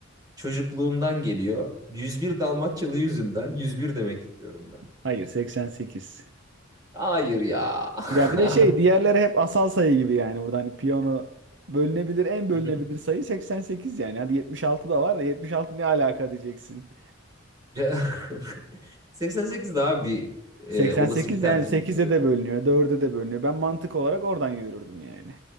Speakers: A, on the right; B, on the right.
A: Çocukluğumdan geliyor. 101 Dalmaçyalı yüzünden 101 demek istiyorum ben.
B: Hayır 88.
A: Hayır ya. <laughs>
B: Ya bir de şey diğerleri hep asal sayı gibi yani burada hani piyano bölünebilir en bölünebilir
A: Hı hı.
B: sayı 88 yani. Hadi 76 da var da 76 ne alaka diyeceksin.
A: <laughs> 88 daha bir e,
B: 88
A: olası bir tercihmiş.
B: yani 8'e
A: evet.
B: de bölünüyor, dörde de bölünüyor. Ben mantık olarak oradan yürürdüm yani.